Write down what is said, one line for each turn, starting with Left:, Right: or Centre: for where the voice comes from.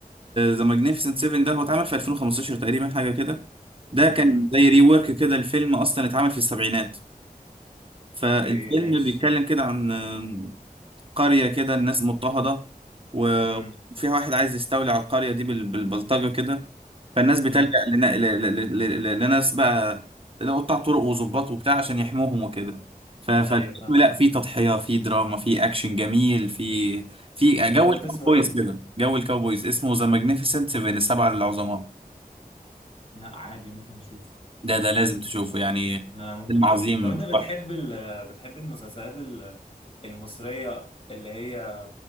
Right: ذا ماجنيفيسنت 7 ده هو اتعمل في 2015 تقريبا حاجه كده ده
Left: امم
Right: كان زي ري ورك كده الفيلم اصلا اتعمل في السبعينات فالفيلم
Left: اوكي ماشي
Right: بيتكلم كده عن قرية كده الناس مضطهدة و-
Left: امم
Right: وفيها واحد عايز يستولي على القرية دي بال- بالبلطجة كده فالناس بتلجأ
Left: امم
Right: لنا- ل- ل- ل- ل- لناس بقى قطاع طرق وظباط وبتاع عشان يحموهم وكده ف- فالفيلم
Left: ايوه فاهم
Right: لا فيه تضحية فيه دراما فيه أكشن جميل فيه فيه جو
Left: انت قلت
Right: الكاوبويز
Left: اسمه ايه؟
Right: كده جو الكاوبويز اسمه ذا ماجنيفيسنت سيفن السبعة العظماء
Left: لا عادي ممكن اشوف ممكن
Right: ده
Left: اشوف
Right: ده لازم تشوفه يعني
Left: لا ممكن
Right: فيلم
Left: اشوف
Right: عظيم
Left: طب انت بتحب ال بتحب المسلسلات ال- المصرية اللي هي